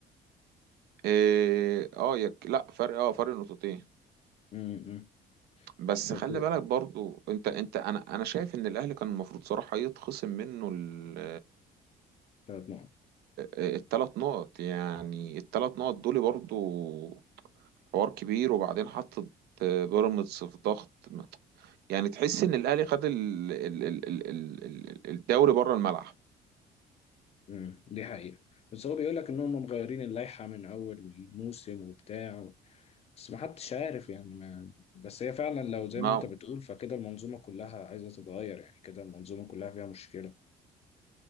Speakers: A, on the right; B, on the left.
A: إيه، اه يك... لا فرق اه فرق نقطتين
B: امم
A: بس
B: طب
A: خلي
B: دول
A: بالك برضو انت انت انا انا شايف ان الاهلي كان المفروض صراحة يتخصم منه ال-
B: ثلاث نقط
A: الثلاث نقط يعني الثلاث نقط دول برضو حوار كبير وبعدين حطت بيراميدز في ضغط يعني تحس ان الاهلي خد ال- ال- ال- ال- ال- ال- الدوري بره الملعب
B: امم دي حقيقة بس هو بيقول لك ان هم مغيرين اللائحة من اول الموسم وبتاع بس محدش عارف يعني ما بس هي فعلا لو زي
A: ما
B: ما انت بتقول فكده المنظومة كلها عايزة تتغير يعني كده المنظومة كلها فيها مشكلة